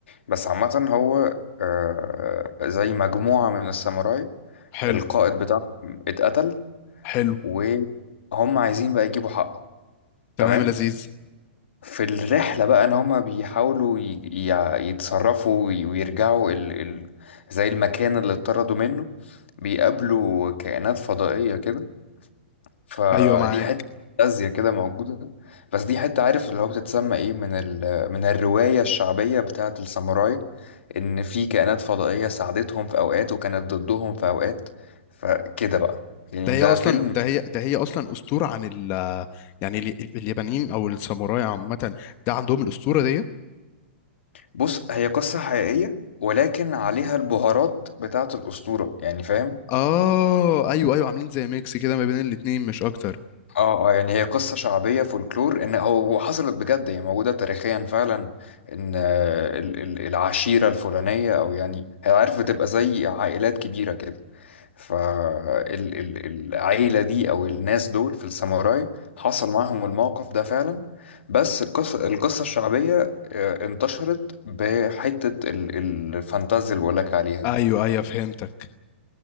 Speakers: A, on the left (about 80°); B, on the left (about 30°).
A: بس عامة هو آه، زي مجموعة من الساموراي
B: حلو
A: القائد بتاعهم اتقتل
B: حلو
A: وهم عايزين بقى يجيبوا حقه
B: تمام
A: تمام
B: يا لذيذ
A: في الرحلة بقى ان هما بيحاولوا ي- ي- يتصرفوا وي- ويرجعوا ال... ال... زي المكان اللي اتطردوا منه بيقابلوا كائنات فضائية كده فدي
B: ايوه معاك
A: حتة فانتازيا كده موجودة بس دي حتة عارف اللي هو بتتسمى ايه من ال... من الرواية الشعبية بتاعة الساموراي ان في كائنات فضائية ساعدتهم في اوقات وكانت ضدهم في اوقات فكده بقى يعني
B: ده هي
A: ده
B: اصلا
A: فيلم
B: ده هي ده هي اصلا اسطوره عن ال يعني ال- اليابانيين او الساموراي عامه ده عندهم الاسطوره دي
A: بص هي قصة حقيقية ولكن عليها البهارات بتاعة الأسطورة يعني فاهم
B: اه ايوه ايوه عاملين زي ميكس كده ما بين الاتنين مش اكتر
A: اه اه يعني هي قصة شعبية فولكلور ان هو وحصلت بجد هي موجودة تاريخيا فعلا ان آه، ال- ال- العشيرة الفلانية او يعني هي عارف بتبقى زي عائلات كبيرة كده فالعيلة دي او الناس دول في الساموراي حصل معاهم الموقف ده فعلا بس القصة القصة الشعبية آه، انتشرت بحتة ال- ال- الفانتازيا اللي بقولك عليها دي
B: ايوه ايوه فهمتك